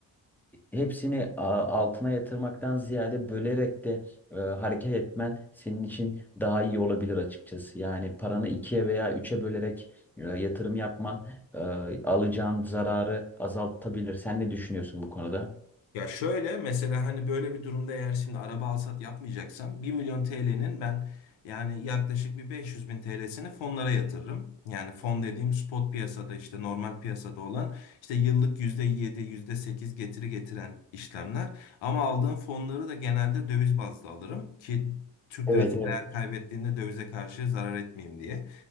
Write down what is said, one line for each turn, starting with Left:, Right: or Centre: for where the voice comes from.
Centre: e, hepsini a- altına yatırmaktan ziyade bölerek de e, hareket etmen senin için daha iyi olabilir açıkçası. Yani paranı ikiye veya üçe bölerek e, yatırım yapman e, alacağın zararı azaltabilir. Sen ne düşünüyorsun bu konuda?
Left: Ya şöyle mesela hani böyle bir durumda eğer şimdi araba alsat yapmayacaksam bir milyon TL'nin ben yani yaklaşık bir 500 bin TL'sini fonlara yatırırım. Yani fon dediğim spot piyasada işte normal piyasada olan işte yıllık yüzde yedi yüzde sekiz getiri getiren işlemler. Ama aldığım fonları da genelde döviz bazlı alırım ki Türk
Centre: Evet,
Left: lirası
Centre: evet.
Left: değer kaybettiğinde dövize karşı zarar etmeyeyim diye.